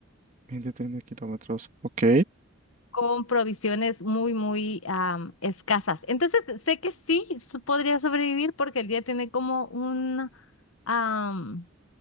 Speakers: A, on the right; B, on the left.
A: 130 kilómetros. Ok.
B: con provisiones muy, muy am, escasas. Entonces, sé que sí so- podría sobrevivir porque el día tiene como un, am,